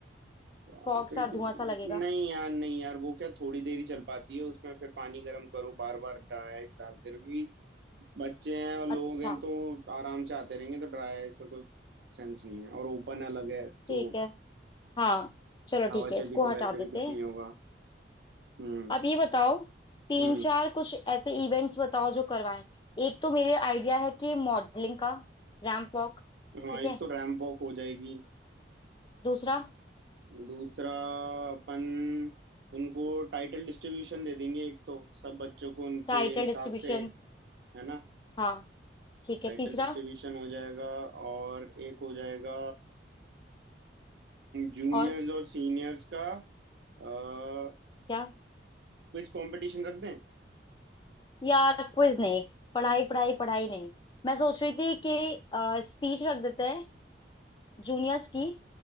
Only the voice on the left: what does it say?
फॉग सा धुआं सा लगेगा
अच्छा
ठीक है हाँ चलो ठीक
है इसको
हटा
देते
हैं
आप ये बताओ तीन
चार कुछ ऐसे इवेंट्स बताओ जो करवाएं एक तो मेरे आइडिया है कि मॉडलिंग का रैंप वॉक
ठीक
है
दूसरा
टाइटल
डिस्ट्रीब्यूशन
हाँ ठीक है
तीसरा
और
क्या
यार क्विज नहीं पढ़ाई पढ़ाई पढ़ाई नहीं मैं सोच रही थी कि स्पीच रख देते हैं जूनियर्स की